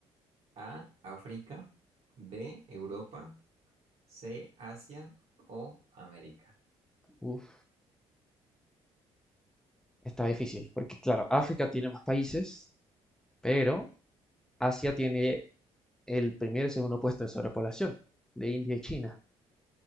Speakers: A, on the right (about 60°); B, in the centre.
A: A, África, B, Europa. C, Asia o América.
B: Uf, está difícil, porque claro, África tiene más países, pero Asia tiene el primer y segundo puesto de sobrepoblación, de India y China.